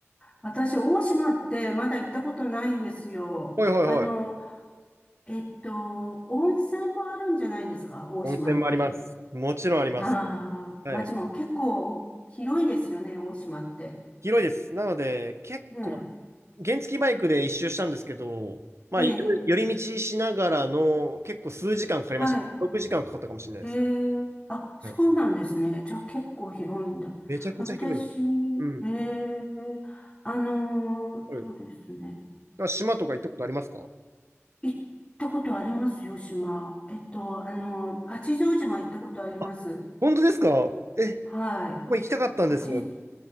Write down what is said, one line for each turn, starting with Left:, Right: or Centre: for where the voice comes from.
Left: 私、大島ってまだ行ったことないんですよ。
Right: はいはいはい。
Left: あの、えっと、温泉もあるんじゃないんですか大島って。
Right: 温泉もあります。もちろんあります。
Left: ああ、
Right: はい。
Left: 街も結構広いですよね、大島って。
Right: 広いです。なので、結構
Left: ね
Right: 原付バイクで一周したんですけど、まあ、
Left: え、
Right: 寄り道しながらの結構数時間かかりました。
Left: ええ、はい。
Right: 6時間かんはかかったかもしれないです。
Left: ええ、あ、そうなんですね。
Right: はい。
Left: じゃあ結構広いんだ。
Right: めちゃくちゃ広いです。
Left: 私、
Right: うん。
Left: ええ、あの、
Right: はい。
Left: そうですね。
Right: だから島とか行ったことありますか
Left: 行ったことありますよ、島。えっと、あの、八丈島行ったことあります。
Right: あ、本当ですかえ、ここ行きたかったんですよ。
Left: はい。八、